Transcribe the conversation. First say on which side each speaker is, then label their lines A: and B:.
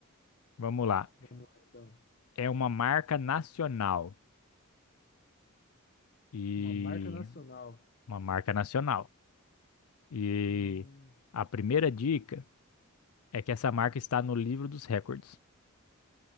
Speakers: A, on the left; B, on the left.
A: Vamos lá.
B: Vamos lá então.
A: É uma marca nacional e
B: Uma marca nacional.
A: uma marca nacional. E
B: Hum,
A: a primeira dica é que essa marca está no livro dos recordes.